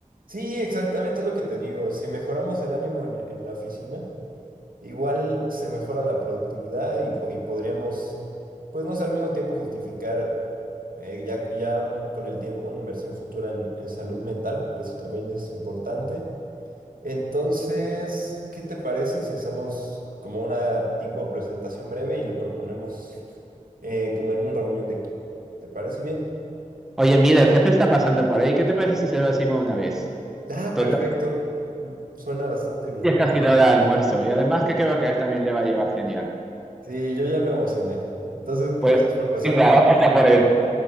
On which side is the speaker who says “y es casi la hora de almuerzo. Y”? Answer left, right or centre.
Centre